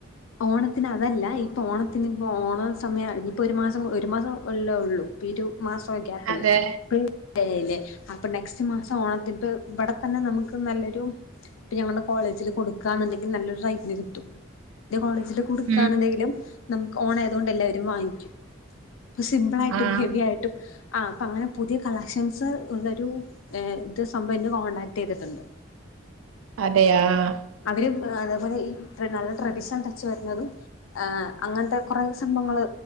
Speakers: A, on the left; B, on the right.
A: ഓണത്തിന് അതല്ല ഇപ്പൊ ഓണത്തിന്പ്പോ ഓണ സമയ <unintelligible> ഇപ്പൊരു മാസം ഒരു മാസം അല്ലേ ഒള്ളൂ ഇരു മാസം ഗ്യാപ്പ്ല്ലേ
B: അതെ
A: <unintelligible> <unintelligible> അപ്പൊ നെക്സ്റ്റ് മാസം ഓണത്തിപ്പ ഇവടെ തന്നെ നമുക്ക് നല്ലൊരു ഇപ്പം ഞങ്ങളുടെ കോളേജില് കൊടുക്കാന്ന്ണ്ടെങ്കി നല്ലൊരു റൈറ്റിന് കിട്ടും ഇന്റെ കോളേജില് കൊട്ക്കാന്ന്ണ്ടെങ്കിലും
B: ഉം
A: നമ്ക്ക് ഓണായതോണ്ട് എല്ലാവരും വാങ്ങിക്കും ഇപ്പ സിമ്പിളായിട്ടും
B: ആഹ്
A: ഹെവി ആയിട്ടും ആഹ് അപ്പങ്ങനെ പുതിയ കളക്ഷൻസ് ഉള്ളോരു ഏഹ് ഇത് സംഭവം എന്നെ കോൺടാക്ട്യ്തിട്ട്ണ്ട് <inaudible>
B: അതെ ആഹ്
A: അവര് അതെപോലെ ഈ ഇത്രേ നല്ല ട്രഡീഷൻ ടച്ച് വര്ന്നതും ഏഹ് അങ്ങനത്തെ കൊറേ സംഭവങ്ങള്